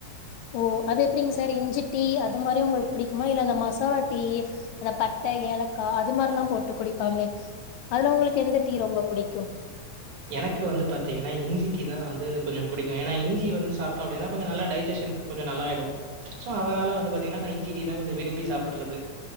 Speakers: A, on the left; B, on the right.
A: ஓ அது எப்டிங் சார் இஞ்சி டீ அது மாரி உங்களுக்கு புடிக்குமா இல்ல அந்த மசாலா டீ அந்த பட்ட ஏலக்கா அது மார்லா போட்டு குடிப்பாங்ளே அதுல உங்களுக்கு எந்த டீ ரொம்ப புடிக்கு
B: எனக்கு வந்து பாத்தீங்கன்னா இஞ்சி டீ தா வந்து கொஞ்சோ புடிக்கு ஏனா இஞ்சி வந்து சாப்ட்டோ அப்டின்னா கொஞ்சோ நல்லா டைஜிஷன்க்கு கொஞ்சோ நல்லாய்டு ஸோ அதனால வந்து பாத்தீங்கன்னா நா இஞ்சி டீ தா கொஞ்சோ விரும்பி சாப்புட்றது